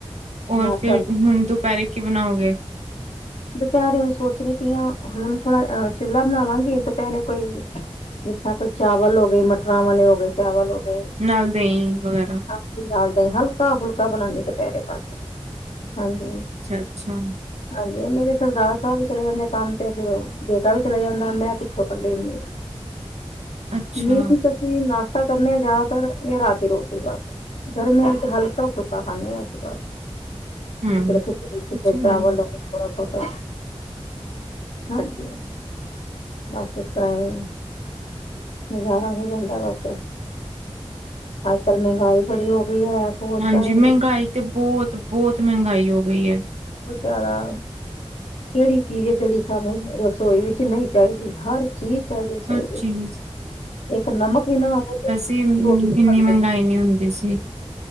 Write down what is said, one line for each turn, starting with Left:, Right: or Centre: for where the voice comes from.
Right: ਹੋਰ,
Left: ਨਾਸ਼ਤਾ
Right: ਫੇਰ ਹੁਨ ਦੁਪੈਰੇ ਕੀ ਬਨਾਓਗੇ?
Left: ਦੁਪੈਹਰੇ ਸੋਚਨੀ ਪਈ ਆਂ, ਹੁਨ ਥੋੜਾ ਅਹ ਚਿੱਲਾ ਬਨਾ ਲਾਂਗੇ ਦੁਪੈਹਰੇ ਕੋਈ ਜਿਸ ਤਰਾਂ ਕੋਈ ਚਾਵਲ ਹੋ ਗਏ, ਮਟਰਾਂ ਵਾਲੇ ਹੋ ਗਏ ਚਾਵਲ, ਹੋ ਗਏ
Right: ਨਾਲ ਦਈਂ ਵਗੈਰਾ
Left: ਹਾਂ <unintelligible> ਹਲਕਾ ਫੁਲਕਾ ਬਨਾਂਦੇ ਦੁਪੈਹਰੇ ਹਾਂਜੀ
Right: ਅੱਛਾ- ਅੱਛਾ।
Left: ਹਾਂਜੀ ਮੇਰੇ ਸਰਦਾਰ ਸਾਬ ਵੀ ਚਲੇ ਜਾਂਦੇ ਆ ਕੰਮ ਤੇ, ਫੇਰ ਬੇਟਾ ਵੀ ਚਲਾ ਜਾਂਦਾ, ਮੈਂ ਪਿੱਛੋਂ ਕੱਲੀ ਹੁੰਨੀ ਆਂ।
Right: ਅੱਛਾ
Left: ਮੀਨਸ ਅਸੀ ਨਾਸ਼ਤਾ ਕਰਨੇ ਆਂ ਜੈਅਦਾਤਰ ਜਾਂ ਰਾਤ ਦੀ ਰੋਟੀ ਬਸ ਗਰਮੀਆਂ ਚ ਹਲਕਾ-ਫੁਲਕਾ ਖਾਂਨੇ ਆਂ ਅਸੀਂ ਬਸ।
Right: ਹੂੰ
Left: ਕਿਸੇ ਵੇਲੇ ਖਿਚੜੀ ਕਿਸੇ
Right: ਅੱਛੀ
Left: ਚਾਵਲ
Right: ਗੱਲ ਏ।
Left: ਹੋ ਗੇ ਥੋੜਾ ਬੌਤਾ, ਹਾਂਜੀ ਹਾਂ। ਬਸ ਇਸ ਤਰਾਂ ਈ ਗੁਜਾਰਾ ਹੋ ਜਾਂਦਾ, ਬਸ। ਅੱਜ -ਕੱਲ ਮੇਹੰਗਾਈ ਬੜੀ ਹੋ ਗਈ ਹੈ ਸੋਚ
Right: ਹਾਂਜੀਸ
Left: ਪੈ ਜਾਂਦੀ
Right: ਮੇਹੰਗਾਈ ਤੇ ਬੌਤ- ਬੌਤ ਮੇਹੰਗਾਈ ਹੋ ਗਈ ਐ।
Left: ਗੁਜਾਰਾ, ਕੇਹੜੀ ਚੀਜ ਐ, ਜੇਹੜੀ ਸਾਨੂੰ ਰਸੋਈ ਵਿੱਚ ਨਈਂ ਚਾਹੀਦੀ ਹਰ ਚੀਜ ਚਾਈਦੀ ਰਸੋਈ
Right: ਹਰ
Left: ਵਿੱਚ,
Right: ਚੀਜ਼
Left: ਇੱਕ ਨਮਕ ਵੀ ਨਾ ਹੋਏ ਤੇ
Right: ਤੇ ਇੰਨੀ
Left: ਰੋਟੀ ਨੀ ਬਣਦੀ।
Right: ਮਹਿੰਗਾਈ ਨੀ ਹੁੰਦੀ ਸੀ।